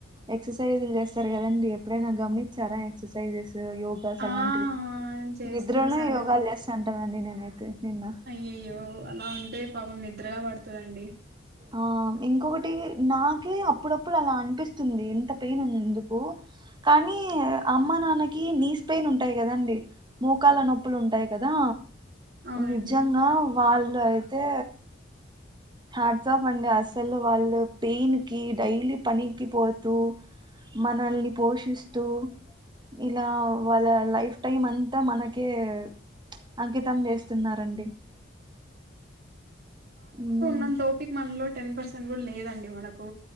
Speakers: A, on the right; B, on the right.
A: ఎక్ససైజ్లు చేస్సారు కదండి. ఎప్పుడైనా గమనిచ్చారా ఎక్ససైస్ స్ యోగాస్
B: ఆ
A: అలాంటివి
B: చేసి
A: నిద్ద్రనే
B: చూసానండి
A: యోగాలు చేస్సంటానండి నేనైతే నిన్న
B: అయ్యయ్యో అలా ఉంటే పాపం నిద్రలా పడతదండి.
A: ఆ ఇంకొకటి నాకే అప్పుడప్పుడు అలా అనిపిస్తుంది. ఇంత పెయిన్ ఎందుకు కానీ అమ్మ నాన్నకి నీస్ పెయిన్ ఉంటాయ్ కదండి. మోకాల నొప్పులు ఉంటాయ్ కదా.
B: అవునండి
A: నిజంగా వాళ్ళు అయితే హాట్సాఫ్ అండి అసలు వాళ్ళు పెయిన్ కి డైలీ పనికి పోతూ మనల్ని పోషిస్తూ ఇలా వాళ్ళ లైఫ్ టైమ్ అంతా మనకే చ్ అంకితం చేస్తున్నారండి. ఉమ్.
B: మన్ తోటిక్ మ లో టెన్ పర్సెంట్ కూడా లేదండి. మనకు